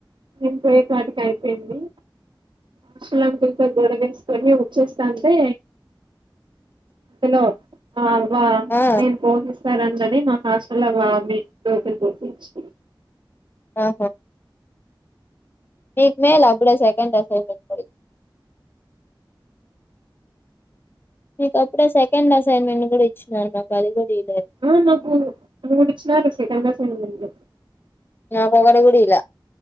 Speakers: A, on the right (about 65°); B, on the left (about 25°).
A: ఇంపోయేపాటికి అయిపోయింది ఆషలంకులతో గరవేసుకొని వచ్చేస్తాంటే అందులో ఆ బ
B: ఆ
A: నేను పోగిస్త సరందని మహాశల వామి రజలు గుర్తిన్‌చింధి
B: ఆహా మీక్ మేల్ అప్పుడ సకండ్ అసైన్మెంట్ మీక అప్పుడే సెకండ్ అసైన్మెంట్ కూడా ఇచ్చినారు మాకు అది కూడా ఇయలేదు
A: ఆ నాకు మూడుచ్చినరు సెకండ్ అసైన్‌మెంట్ అసైన్‌మెంట్
B: నాకు ఒకటి కూడా ఇయాలే